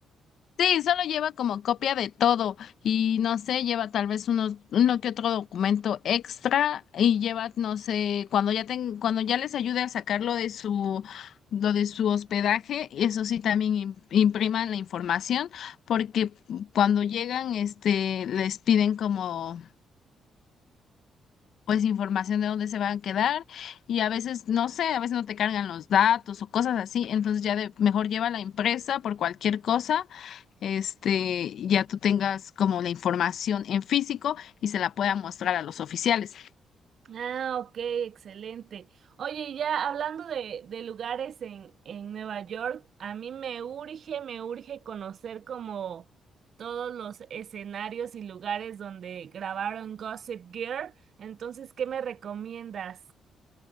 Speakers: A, on the left; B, on the right.
A: Sí, solo lleva como copia de todo y no sé, lleva tal vez unos, uno que otro documento extra y lleva, no sé, cuando ya ten, cuando ya les ayude a sacarlo de su, lo de su hospedaje, eso sí también im- impriman la información porque cuando llegan, este, les piden como pues información de dónde se van a quedar y a veces no sé, a veces no te cargan los datos o cosas así, entonces ya de, mejor lleva la impresa por cualquier cosa, este, ya tú tengas como la información en físico y se la pueda mostrar a los oficiales.
B: Ah, ok, excelente. Oye, y ya hablando de, de lugares en, en Nueva York, a mí me urge, me urge conocer como todos los escenarios y lugares donde grabaron Gossip Girl. Entonces, ¿qué me recomiendas?